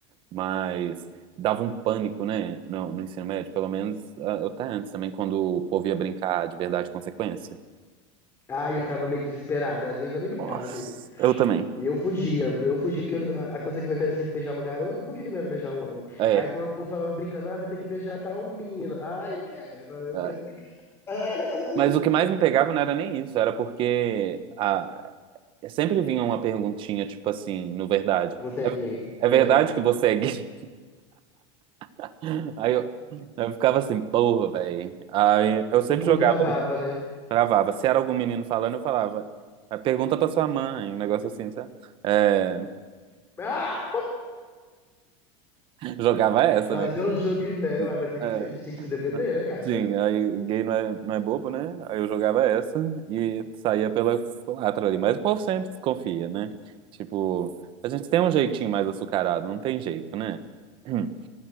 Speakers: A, on the right; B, on the left.
A: mas dava um pânico, né, no, no ensino médio, pelo menos ah, até antes também, quando o povo ia brincar de verdade e consequência.
B: Ah, eu ficava meio desesperado. Às vezes eu nem brincava,
A: Nossa,
B: amigo.
A: eu também.
B: E eu fugia, eu fugia, porque a, a consequência era sempre beijar uma garota, por que que não era beijar um homem?
A: É,
B: Aí quando o povo falava brincando, ah, vai ter que beijar tal menino. Ah, eu quero, eu
A: ah,
B: quero brincar. <laughs>
A: mas o que mais me pegava não era nem isso, era porque a sempre vinha uma perguntinha, tipo assim, no verdade.
B: Você é gay.
A: É,
B: É.
A: é verdade que você é gay? <laughs> Aí eu, eu ficava assim, porra, velho. Aí eu sempre
B: O cu
A: jogava,
B: travava, né? <laughs>
A: gravava. Se era algum menino falando, eu falava, "Ah, pergunta pra sua mãe, um negócio assim, sabe? É,
B: Ah!
A: Jogava essa,
B: Fazer
A: meu filho.
B: um jogo velho. Ah, mas tem
A: É,
B: que ser, a gente tem que se defender, né, gata?
A: sim, aí gay não é, não é bobo, né? Aí eu jogava essa e saía pela culatra ali. Mas o povo sempre desconfia, né? Tipo, a gente tem um jeitinho mais açucarado, não tem jeito, né? <clears throat>